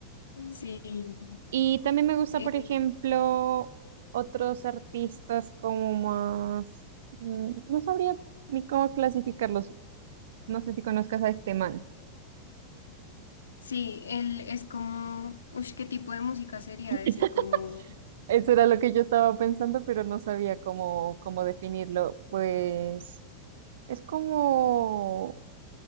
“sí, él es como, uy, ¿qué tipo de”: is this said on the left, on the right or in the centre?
Left